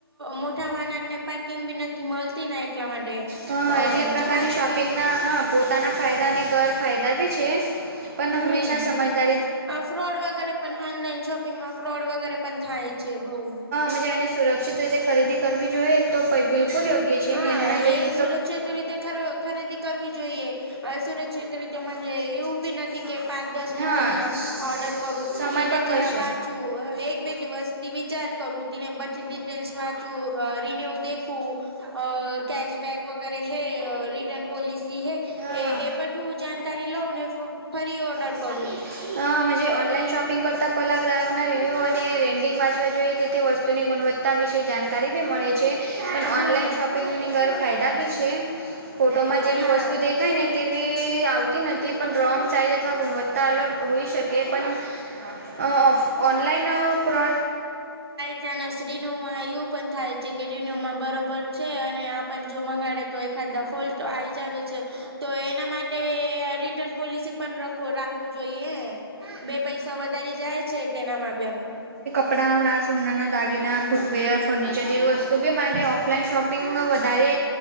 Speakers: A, on the right; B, on the right.
A: મોટા વાહન ને પાર્કિંગ બી નથી મળતી એટલા માટે
B: હા
A: અ
B: એટલે પ્રકારની
A: જવાને
B: શોપિંગ
A: બી
B: ના હ પોતાના ફાયદાને ગેરફાયદા બી છે પણ
A: હમ
B: હંમેશા સમજદાર
A: ફ્રોડ વગેરે પણ ઓનલાઈન શોપિંગમાં ફ્રોડ વગેરે પણ થાય છે બઉુ
B: હજ એને સુરક્ષિત રીતે ખરીદી કરવી જોઈએ તો બિલકુલ યોગ્ય છે
A: હા
B: એ નિર્ણય
A: એ
B: લઈેશું
A: સુરક્ષિત રીતે ખરીદી કરવી જોઈએ સુરક્ષિત રીતે મજે એવું બી નથી થી કે પાંચ દસ
B: હા
A: મિનિટમાં ઓર્ડર કરું
B: સમય
A: તેને
B: પણ
A: જરા
B: બચશે
A: વા એક બે દિવસ થી વિચાર કરું તેને બધી ડિટેલ્સ વાંચું રિન્યુ દેખું અ કશબેક વગેરે હૈ રિટર્ન પૉલિસી હૈ
B: હા
A: એ એ બધું જાણકારી લઉં ને ફરી ઓર્ડર
B: હ <inaudible>
A: કરું
B: મ જે ઓનલાઈન શોપિંગ કરતાં પલાં ગ્રાહકના રિવ્યૂ અને રેન્ડિંગ વાંચવા જોઈએ તેથી વસ્તુની ગુણવત્તા તા વિશેે જાણકારી બી મળે છે પણ
A: હા
B: ઓનલાઈન શોપિંગની ઘર ફાયદા બી છે ફોટોમાં જે બી
A: હા
B: વસ્તુ દેખાય ને તેવી આવતી નથીપણ રોંગ સાઇઝ અથવા ગુણવત્તા અલગ હોઈ શકે ઓ પણ ઓનલાઈન પ્રો
A: ત્યાના સ્્રીનુંમાં એવું પણ થાય છે કે રિનમાં બરોબર છે અને આ જો મંગાડે તો એખાદ ફોલ તો આ આવી જ આવે છે તો એના માટે રિટર્ન પોલિસી પણ રાખવું જોઈએ બે પૈસા વધારી જાય છે તેનામાં્યાન
B: કપડાંડાં સુનાના દાગીના ફૂટવેર ફર્નિચર જેવી વસ્તુ બી માટે ઓ ઓફલાઈન શોપિંગ વધારે